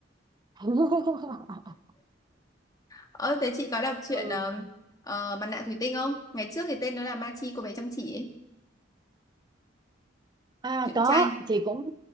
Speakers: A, on the right; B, on the left.
A: <laughs>
B: ơ thế chị có đọc chuyện
A: ừ.
B: ờ, ờ, Mặt nạ thủy tinh không ngày trước thì tên nó là Ma Chi cô bé chăm chỉ ấy
A: À
B: truyện
A: có,
B: tranh
A: chị cũng